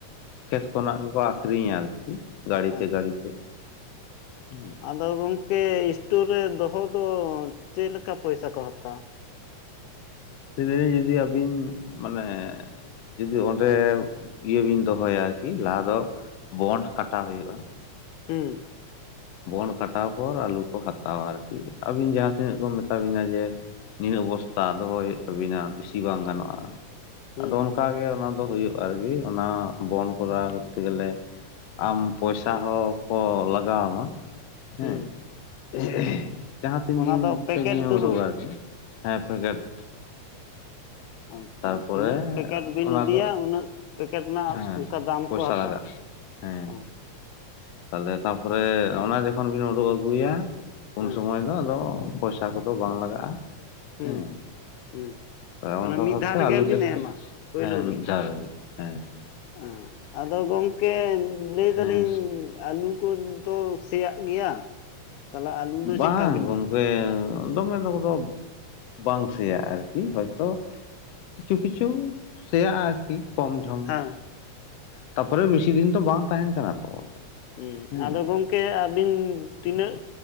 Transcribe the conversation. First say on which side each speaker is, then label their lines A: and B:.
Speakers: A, on the left; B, on the left.
A: ᱠᱷᱮᱛ ᱠᱷᱚᱱᱟᱜ ᱜᱮᱠᱚ ᱟᱠᱷᱨᱤᱧᱟ ᱟᱨᱠᱤ ᱜᱟᱹᱲᱤ
B: ᱟᱪᱪᱷᱟ
A: ᱛᱮ ᱜᱟᱹᱲᱤ ᱛᱮ ᱦᱮᱸ ᱾
B: ᱟᱫᱚ ᱜᱚᱝᱠᱮ ᱥᱴᱳᱨ ᱨᱮ ᱫᱚᱦᱚ ᱫᱚ ᱪᱮᱫ ᱞᱮᱠᱟ ᱯᱚᱭᱥᱟ ᱠᱚ ᱦᱟᱛᱟᱣᱟ ᱾
A: ᱞᱮ ᱫᱟᱞᱤᱧ ᱡᱩᱫᱤ ᱟᱹᱵᱤᱱ ᱢᱟᱱᱮ ᱼᱼ ᱡᱩᱫᱤ ᱚᱸᱰᱮ ᱤᱭᱟᱹ ᱵᱤᱱ ᱫᱚᱦᱚᱭᱟ ᱠᱤ ᱞᱟᱦᱟ ᱫᱚ ᱵᱚᱱᱰ ᱠᱟᱴᱟᱣ ᱦᱩᱭᱩᱜᱼᱟ ᱾
B: ᱦᱩᱸ ᱾
A: ᱵᱳᱱᱰ ᱠᱟᱴᱟᱣ ᱯᱚᱨ ᱟᱞᱩ ᱠᱚ ᱦᱟᱛᱟᱣᱟ ᱟᱨᱠᱤ ᱟᱹᱵᱤᱱ ᱡᱟᱦᱟᱸ ᱛᱤᱱᱟᱹᱜ ᱠᱚ ᱢᱮᱛᱟᱣ ᱵᱤᱱᱟ ᱡᱮ ᱱᱤᱱᱟᱹᱜ ᱚᱵᱚᱥᱛᱟ ᱫᱚᱦᱚᱭ ᱦᱩᱭᱩᱜ ᱛᱟᱵᱤᱱᱟ ᱵᱤᱥᱤ ᱵᱟᱝ ᱜᱟᱱᱚᱜᱼᱟ
B: ᱦᱩᱸ
A: ᱟᱫᱚ ᱚᱱᱠᱟ ᱜᱮ ᱚᱱᱟ ᱫᱚ ᱦᱩᱭᱩᱜᱼᱟ ᱟᱨᱠᱤ ᱚᱱᱟ ᱵᱳᱱᱰ ᱠᱚᱨᱟᱣ ᱠᱟᱛᱮ ᱜᱮᱞᱮ ᱟᱢ ᱯᱚᱭᱥᱟ ᱦᱚ ᱠᱚ ᱞᱟᱜᱟᱣᱟᱢᱟ᱾ ᱦᱮᱸ
B: ᱦᱩᱸ ᱦᱩᱸ
A: ᱡᱟᱦᱟᱸ ᱢᱟᱦᱟᱸ ᱛᱤᱱ
B: ᱚᱱᱟ
A: ᱫᱤᱱ
B: ᱫᱚ ᱯᱮᱠᱮᱴ
A: ᱛᱮᱵᱤᱱ
B: ᱫᱩᱨᱩᱢ
A: ᱩᱰᱩᱠᱟ ᱟᱨᱠᱤ ᱦᱮᱸ <inaudible>
B: ᱟᱪᱪᱷᱟ
A: ᱛᱟᱨᱯᱚᱨᱮ
B: ᱛᱤᱱᱟᱹᱜ ᱯᱮᱠᱮᱴ ᱵᱤᱱ
A: ᱚᱱᱟ
B: ᱤᱫᱤᱭᱟ
A: ᱫᱚ
B: ᱩᱱᱟᱹᱜ ᱯᱮᱠᱮᱴ ᱨᱮᱱᱟᱜ
A: ᱦᱮᱸ
B: ᱚᱱᱠᱟ ᱫᱟᱢ
A: ᱯᱚᱭᱥᱟ
B: ᱠᱚ ᱦᱟᱛᱟᱣᱟ᱾
A: ᱞᱟᱜᱟᱜᱼᱟ ᱦᱮᱸ
B: ᱚᱸ ᱾
A: ᱛᱟᱦᱚᱞᱮ ᱛᱟᱯᱚᱨᱮ ᱚᱱᱟ ᱡᱚᱠᱷᱚᱱ ᱵᱤᱱ ᱩᱰᱩᱠ ᱟᱹᱜᱩᱭᱟ ᱩᱱ
B: ᱦᱮᱸ
A: ᱥᱚᱢᱚᱭ ᱫᱚ ᱟᱫᱚ ᱯᱚᱭᱥᱟ ᱠᱚᱫᱚ ᱵᱟᱝ ᱞᱟᱜᱟᱜᱼᱟ᱾
B: ᱦᱩᱸ
A: ᱦᱮᱸ
B: ᱦᱩᱸ
A: ᱛᱟᱦᱮ ᱚᱱᱠᱟ
B: ᱚᱱᱟ ᱢᱤᱫ
A: ᱵᱷᱟᱵᱽᱛᱮ
B: ᱫᱷᱟᱣ ᱨᱮᱜᱮ
A: ᱟᱞᱩ
B: ᱵᱤᱱ
A: ᱪᱟᱥ ᱫᱚ
B: ᱮᱢᱟ ᱯᱳᱭᱞᱳ
A: ᱟᱸ ᱢᱤᱫ ᱫᱷᱟᱣ ᱨᱮᱜᱮ᱾ ᱦᱮᱸ ᱾
B: ᱦᱮᱸ ᱟᱫᱚ ᱜᱚᱝᱠᱮ ᱞᱟᱹᱭ ᱫᱟᱹᱞᱤᱧ
A: ᱦᱮᱸ
B: ᱟᱹᱞᱩ ᱠᱩᱫᱽ ᱫᱚ ᱥᱮᱸᱭᱟᱜ ᱜᱮᱭᱟ᱾ ᱛᱟᱦᱚᱞᱮ ᱟᱹᱞᱩ ᱫᱚ
A: ᱵᱟᱝ
B: ᱪᱮᱫᱠᱟ ᱵᱤᱱ
A: ᱜᱚᱝᱠᱮ
B: ᱧᱟᱢᱟ
A: ᱫᱚᱢᱮ ᱫᱚᱠᱚ ᱫᱚ ᱵᱟᱝ ᱥᱮᱭᱟᱜ ᱟᱨᱠᱤ ᱦᱳᱭ ᱛᱚ ᱠᱤᱪᱷᱩ ᱠᱤᱪᱷᱩ ᱥᱮᱭᱟᱜᱼᱟ᱾ ᱠᱤ ᱠᱚᱢ ᱡᱷᱚᱢ
B: ᱦᱮᱸ
A: ᱛᱟᱯᱚᱨᱮ ᱵᱤᱥᱤ ᱫᱤᱱ ᱫᱚ ᱵᱟᱝ ᱛᱟᱦᱮᱱ ᱠᱟᱱᱟ ᱛᱚ᱾
B: ᱦᱩᱸ
A: ᱦᱮᱸ
B: ᱟᱫᱚ ᱜᱚᱝᱠᱮ ᱟᱵᱤᱱ ᱛᱤᱱᱟᱹᱜ